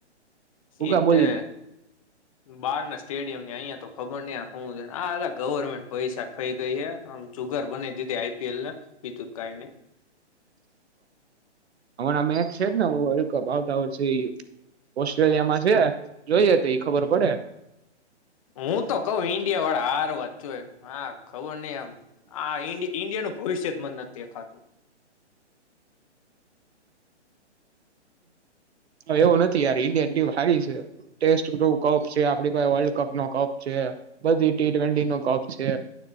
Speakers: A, on the right; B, on the left.
A: ભૂકા
B: એતે
A: બોલી
B: બાર ના સ્ટેડિયમ ને અહિયાં તો ખબર નઈ આ હું છે ને આ ગવર્મેન્ટ પૈસા ખઈ ગઈ આમ જુગાર બનાય દીધી આઈપીએલને બીજું કઈ નઈ
A: હમણા મેચ છે જ ને વર્લ્ડ કપ આવતા વર્ષે ઓસ્ટ્રેલિયામાં છે જોઈએ તો એ ખબર પડે
B: હું તો કઉ ઈન્ડિયા વાળા હાર વાજ જોઈએ હા ખબર ની આમ આ ઈ ઇન્ડીયનુ ભવિષ્ય જ મન નથી દેખાતું.
A: એવું નથી યાર ઇન્ડિયન ટીમ હારી છે ટેસ્ટપ છે આપડી પાસે વલ્ડ કપનો કપ છે બધી ટી ટ્વેન્ટીનો કપ છે